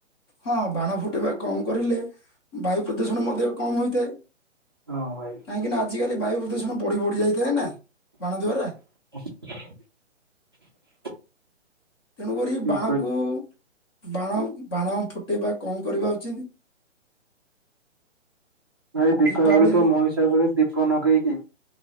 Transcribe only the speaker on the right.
ହଁ ଭାଇ
<unintelligible>
ଠିକ
କହିଲେ
ଭାଇ ଦୀପାବଳୀ
ତ ମହିସ୍ ସେତେବେଳେ ଦୀପ ଲଗେଇକି